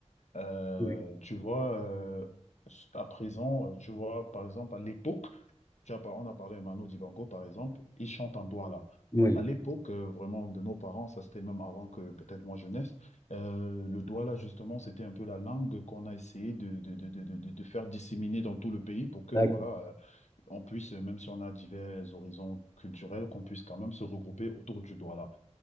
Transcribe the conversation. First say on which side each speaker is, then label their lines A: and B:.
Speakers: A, on the left; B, on the left.
A: euh,
B: Oui.
A: tu vois, euh, à présent, euh, tu vois, par exemple, à l'époque, tu as vois, on a parlé de Manu Dibango, par exemple, il chante en Douala.
B: Oui.
A: Donc, à l'époque, euh, vraiment, de nos parents, ça c'était même avant que peut-être moi je naisse, euh, le Douala, justement, c'était un peu la langue qu'on a essayé de, de, de, de, de- de faire disséminer dans tout le pays pour que,
B: D'ac-
A: voilà, euh, on puisse, même si on a divers horizons culturels, qu'on puisse quand même se regrouper autour du Douala.